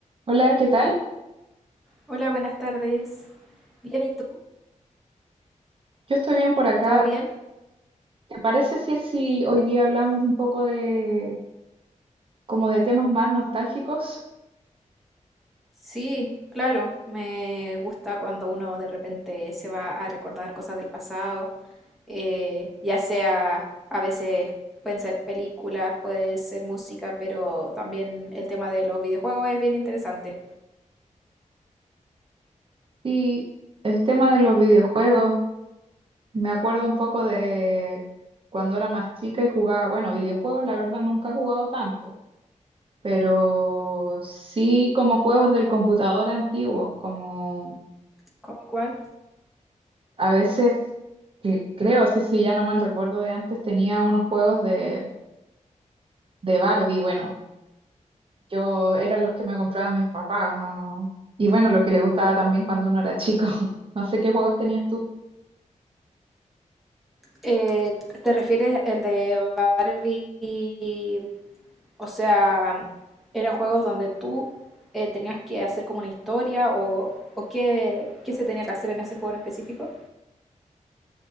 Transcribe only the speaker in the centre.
Hola, buenas tardes. ¿Bien y tú?
¿Todo bien?
Sí, claro, me gusta cuando uno de repente se va a recordar cosas del pasado, eh, ya sea a veces pueden ser películas, puede ser música, pero también el tema de los videojuegos es bien interesante.
¿Cómo cuál?
Eh, ¿te refieres el de Barbie? O sea, eran juegos donde tú eh, tenías que hacer como una historia o, o qué, qué se tenía que hacer en ese juego en específico,